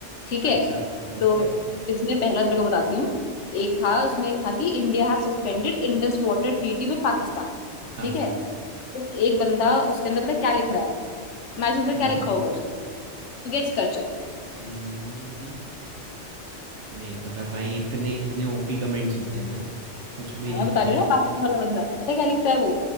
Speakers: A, on the left (about 80°); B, on the right (about 75°).
A: ठीक है
B: अच्छा, ओके,
A: तो इसमें पहला तेरे को बताती हूँ एक था उसमें एक था कि India have suspended Indus water treaty with Pakistan
B: हाँ,
A: ठीक है तो एक बंदा उसके अंदर पता है क्या लिख रहा है इमेजिन कर क्या
B: हुँ।
A: लिखा होगा उसने तू गेस कर चल
B: उम्म, नहीं पता भाई इतने इतने ओपी कमेंट्स होते हैं ना, कुछ भी
A: हाँ
B: नहीं
A: मैं बता
B: कह
A: रही
B: सकते।
A: हूँ ना पाकिस्तान वाला बंदा पता है क्या लिखता है वो